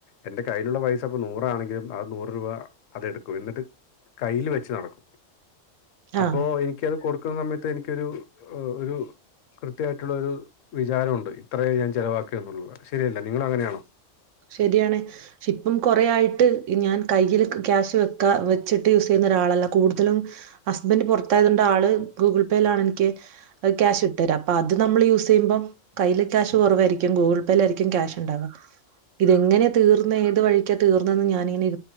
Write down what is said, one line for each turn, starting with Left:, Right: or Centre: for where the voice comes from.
Left: എന്റെ കയ്യിലുള്ള പൈസ ഇപ്പ നൂറാണെങ്കിലും അത് നൂറ് രൂപ അത്െടുക്കും എന്നിട്ട് കയ്ൽ വെച്ച് നടക്കും അപ്പോൊ
Right: ആഹ്
Left: എനിക്കത് കൊടുക്ക ുന്ന സമയത്ത് എനിക്കൊരു ഒരു കൃത്യമായിട്ടുള്ള ഒരു വിചാരമുണ്ട് ഇത്രയേ ഞാൻ ചെലവാക്കുക എന്നുള്ളത് ശരിയല്ല നിങ്ങ അങ്ങനെയാണോ
Right: ശരിയാണ് പക്ഷെ ഇപ്പം കൊറേ ആായിട്ട് ഞാൻ കയ്യിൽ ക്യാഷ് വെക്കാ വെച്ചിട്ട് യൂസ് ചെയ്യുന്ന ഒരാളല്ല കൂടുതലും ഹസ്ബന്ഡറ് പുറത്തായതുണ്ട ആള് ഗൂഗിൾ പേയില ആാണ് എനിക്ക് ക്യാഷ് ഇട്ടുരാ അപ്പൊ അത് നമ്മള് യൂസ് ചെയ്യുമ്പം കയ്യിൽ ക്യാഷ് കുറവായിരിക്കും ഗൂഗിൾ പേയിലായിരിക്കും ക്യാഷ് ഉണ്ടാാവുക ഇതെങ്ങനെയ തീർന്ന ഏത് വഴിക്കാ തീർന്നതന്ന് ഞാനിങ്ങനെയ